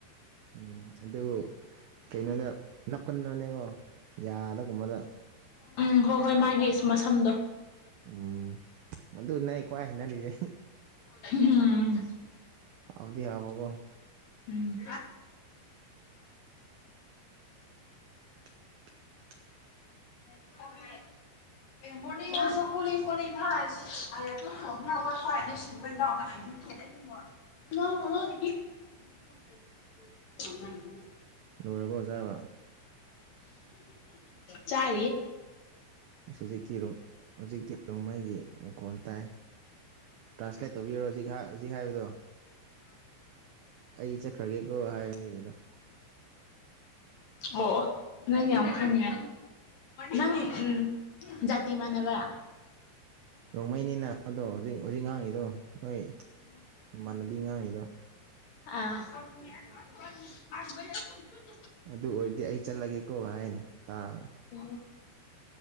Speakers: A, on the right; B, on the left.
A: ꯎꯝ ꯑꯗꯨꯕꯨ ꯀꯩꯅꯣꯗ ꯅꯞꯀꯟꯕꯅꯦꯀꯣ ꯌꯥꯗꯒꯨꯝꯕꯗ
B: ꯎꯝ ꯍꯣꯏ ꯍꯣꯏ ꯃꯥꯒꯤ ꯃꯁꯝꯗꯣ
A: ꯎꯝ ꯑꯗꯨꯅꯦ ꯑꯩ ꯈ꯭ꯋꯥꯏ ꯍꯩꯅꯔꯤꯁꯦ
B: <unintelligible>
A: ꯑꯥꯎꯗꯤ ꯑꯕꯕꯣ
B: ꯎꯝ
A: <unintelligible>
B: <unintelligible> <unintelligible> <unintelligible>
A: ꯂꯣꯏꯔꯕ ꯑꯣꯖꯥꯕ
B: ꯆꯔꯤꯌꯦ
A: ꯍꯧꯖꯤꯛꯇꯤ ꯍꯧꯖꯤꯛꯇꯤ ꯔꯣꯡꯃꯩꯒꯤ ꯃꯈꯣꯟ ꯇꯥꯏ
B: <inaudible>
A: ꯇ꯭ꯔꯥꯟꯁꯂꯦꯠ ꯇꯧꯕꯤꯔꯣ ꯍꯧꯖꯤꯛ ꯍꯧꯖꯤꯛ ꯍꯥꯏꯕꯗꯣ ꯑꯩ ꯆꯠꯈ꯭ꯔꯒꯦꯀꯣ ꯍꯥꯏꯕꯅꯤꯗꯣ
B: ꯑꯣ ꯅꯪ ꯌꯥꯝ ꯈꯉꯦ ꯅꯪ ꯎ ꯖꯥꯇꯤ ꯃꯥꯟꯅꯕ
A: ꯔꯣꯡꯃꯩꯅꯤꯅ ꯑꯗꯣ ꯍꯧꯖꯤꯛ ꯍꯧꯖꯤꯛ ꯉꯥꯡꯉꯤꯗꯣ ꯅꯣꯏ ꯏꯃꯥꯟꯅꯕꯤ ꯉꯥꯡꯉꯤꯗꯣ
B: ꯑ
A: ꯑꯗꯨ ꯑꯣꯏꯔꯗꯤ ꯑꯩ ꯆꯠꯂꯒꯦꯀꯣ ꯍꯥꯏꯗꯣ ꯇꯥꯎ
B: ꯎꯝ